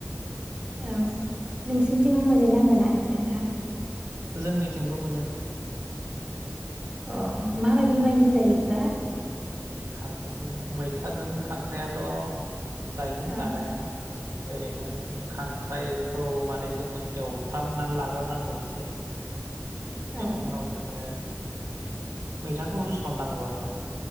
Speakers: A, on the right; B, on the right.
A: औ नोंसिनिथिं मोनोना मोना नोंथां।
B: जोंनिथिंबो मोनो।
A: अ माबायदि मायदि जायोब्ला।
B: खां मैथाजों खांख्राइ आथ। जायो
A: औ
B: जानाया। ओरैनो खांख्राइखौ माने जोङो एवफ्रामनानै लाग्रोनांगौ एसे। बेनि
A: औ
B: उनाव जोङो मैथाखौ होसननांगौ आरो।